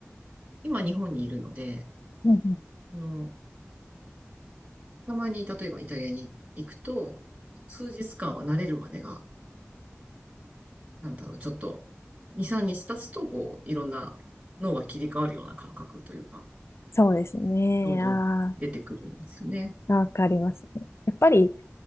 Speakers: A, on the right (about 30°); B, on the left (about 70°).
A: 今日本にいるので、
B: うんうん。
A: あの、たまに例えばイタリアに行くと、数日間は慣れるまでが、なんだろう、ちょっと、2、3日経つと、こう、いろんな脳が切り替わるような感覚というか、
B: そうですね。
A: どんどん出てくるんですよね。
B: ああ、わかりますね。やっぱり